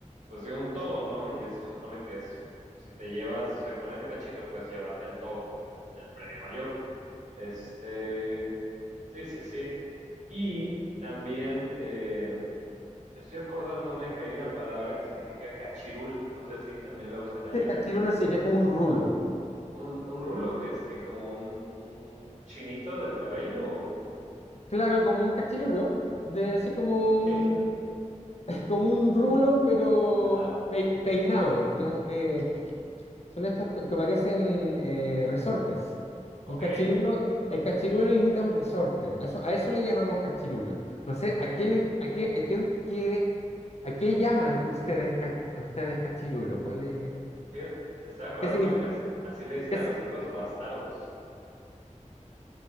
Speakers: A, on the right; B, on the left.
A: pues de un todo, ¿no? Y eso se supone que es, si te llevas, o sea, con ese cachito puedes llevarte el todo, que es el, el premio mayor. Este, sí, sí, sí. Y también eh, estoy acordándome que hay una palabra que significa cachirul, no sé si también la usan allá
B: Sí, cachirulo
A: en...
B: sí, que es como un rulo.
A: Un, un rulo, que es que como un, un chinito del cabello. o-
B: Claro, como un cachirulo, de así como
A: Ok,
B: un,
A: <laughs>
B: <laughs> como un rulo, pero
A: ajá,
B: pei- peinado, digamos, eh, Son estos que que parecen eh, resortes.
A: ok,
B: El cachirulo, el cachirulo imita un resorte. A eso, a eso le llamamos cachirulo. No sé,
A: ok.
B: ¿a qué, le- a qué, a qué, qué- a qué llaman ustedes, en ca- a ustedes cachirulo? ¿Cuál es?
A: Fíjate, estaba acordándome
B: ¿Qué significa?
A: que as- así le dicen
B: ¿Qué
A: a
B: es?
A: los hijos bastardos.